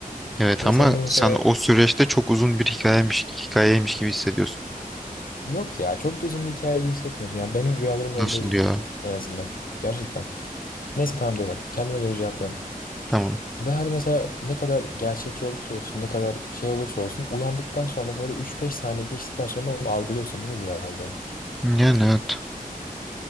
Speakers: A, in the centre; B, on the left.
A: Evet
B: Ve
A: ama
B: sen bunu mesela
A: sen o süreçte çok uzun bir hikayemiş, hikayeymiş gibi hissediyorsun.
B: yok ya çok da uzun bir hikaye gibi hissetmiyorsun. Yani benim rüyalarım
A: Nasıl
B: öyle değil
A: ya?
B: en azından. Gerçekten. Neyse tamam dur bak. Kendime göre cevaplıyorum.
A: Tamam.
B: Ve hani mesela ne kadar gerçekçi olursa olsun, ne kadar şey olursa olsun uyandıktan sonra böyle üç beş saniye geçtikten sonra onu algılıyorsun değil mi rüya olduğunu?
A: Yani evet.